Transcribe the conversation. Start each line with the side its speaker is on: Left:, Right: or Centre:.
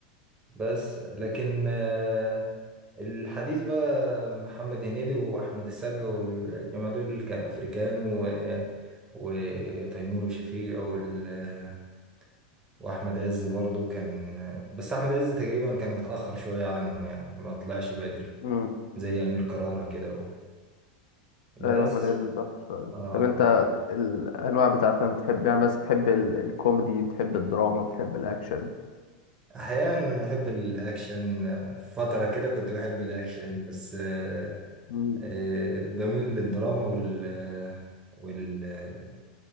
Right: بس لكن آه، الحديث بقى محمد هنيدي واحمد السقا والجماعه دول كان افريكان و وتيمور وشفيق او ال- واحمد عز برضو كان بس احمد عز تقريبا كان متاخر شويه عنهم يعني ما طلعش بدري
Left: امم
Right: زي أمير كرارة كده أهو بس
Left: ايوه احمد عز بتاع شوية.
Right: آه
Left: طب انت الانواع بتاع افلام بتحب يعني بس بتحب ال- الكوميدي بتحب الدراما بتحب الاكشن
Right: أحيانا بحب الأكشن آه، فترة كده كنت بحب الأكشن بس آه
Left: مم.
Right: آه بميل للدراما وال آه، وال آه،